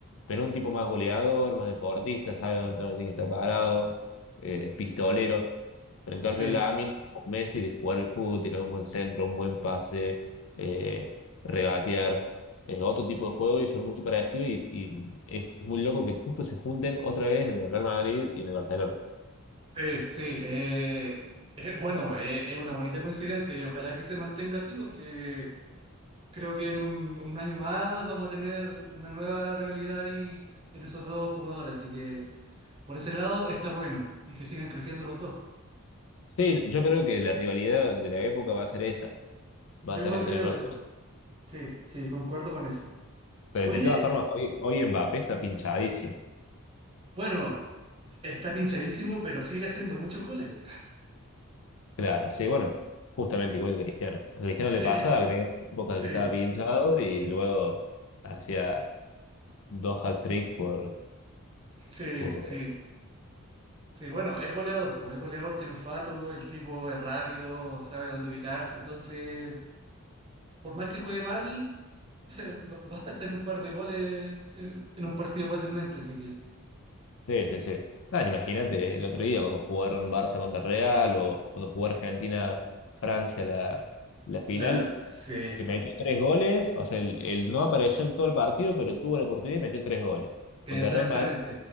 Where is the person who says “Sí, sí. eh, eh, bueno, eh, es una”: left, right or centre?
Right